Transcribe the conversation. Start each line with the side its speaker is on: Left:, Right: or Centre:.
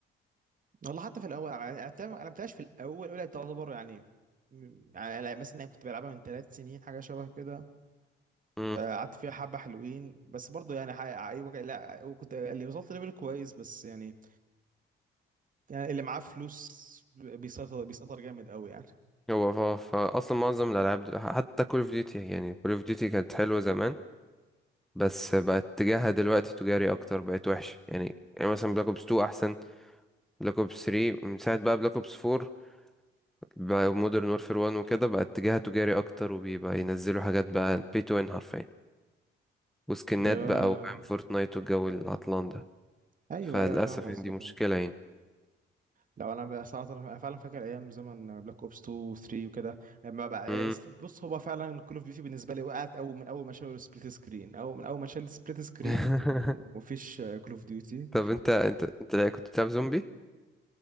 Right: والله حتى في الاول انا أنا- أنا ما لعبتهاش في الاول الاولى تعتبر يعني م- يعني أنا مثلا أنا كنت بلعبها من ثلاث سنين حاجه شبه كده
Centre: امم
Right: آه، قعدت فيها حبه حلوين بس برضو يعني حي... ايوه كان- لا وكنت اللي وصلت ليفل كويس بس يعني يعني اللي معاه فلوس بيسيطر بيسيطر جامد قوي يعني
Centre: هو ف- ف- اصلا معظم الالعاب دل- حتى كول اوف ديوتي يعني كول اوف ديوتي كانت حلوه زمان بس بقت اتجاهها دلوقتي تجاري اكتر بقت وحشه يعني يعني مثلا بلاك اوبس 2 احسن بلاك اوبس 3 من ساعه بقى بلاك اوبس 4 بقى مودرن وورفير 1 وكده بقى اتجاهها تجاري اكتر وبيبقى ينزلوا حاجات بقى بي تو ان حرفيا وسكنات
Right: آه...
Centre: بقى وفاهم فورتنايت والجو العطلان ده
Right: ايوه
Centre: فللأسف
Right: ايوه فاهم قصدك
Centre: يعني دي مشكلة
Right: يعني.
Centre: يعني
Right: لو انا بقى صراحه أنا فعلا فاكر ايام زمن بلاك اوبس 2 و 3 وكده لما بقى
Centre: مم.
Right: بص هو فعلا كول اوف ديوتي بالنسبه لي وقعت اول من اول ما شالوا السبليت سكرين او من اول ما شال السبليت سكرين
Centre: <laughs>
Right: ومفيش كول اوف ديوتي
Centre: طب انت انت انت لا كنت بتلعب زومبي؟